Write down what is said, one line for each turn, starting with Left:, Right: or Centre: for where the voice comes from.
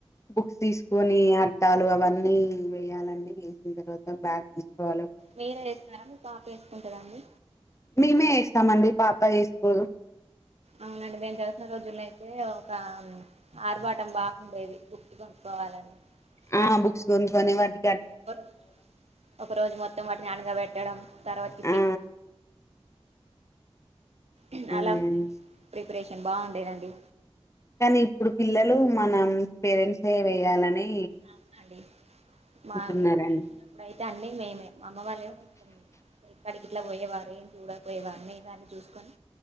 Left: బుక్స్ తీసుకొని అట్ ట్టాలు అవన్నీ వేయాలని వేసిన తర్వాత బ్యాగ్ తీసుకోవాలే
Right: మీరే ఏస్తారా మీ పాపేసుకుంటదాండి
Left: మేమే ఏస్తామండి పాప ఏస్కోదు
Right: అవునండి మేము జరుతున రోజుల్లయితే ఒకా ఆర్బాటం బాగుండేది బుక్కు కొనుక్కోవాలని
Left: ఆ
Right: అట్
Left: బుక్స్ గొన్ కొనే వాటి
Right: ఒక రోజ్ ఒక రోజు మొత్తం వాటిని అన్గా వెట్టడం తర్వాతిప్పిన్
Left: ఆ
Right: అం
Left: అదే
Right: అలా
Left: అండి.
Right: ప్రిపరేషన్ బావుండేదండి
Left: కనీ ఇప్పుడు పిల్లలు మనం పేరెంట్స్ మే వెయ్యాలని
Right: అవ్ నండి మా
Left: ఉంటున్నారండి
Right: ఏమ కళ్తున్నప్పుడుయితే అన్నీ మేమే మా అమ్మ వాళ్ళే ఉంటుంది పోయ్ క్కడికిట్లా పోయేవారు ఏం చూడకపోయేవారు మేమే అన్ని చూసుకొని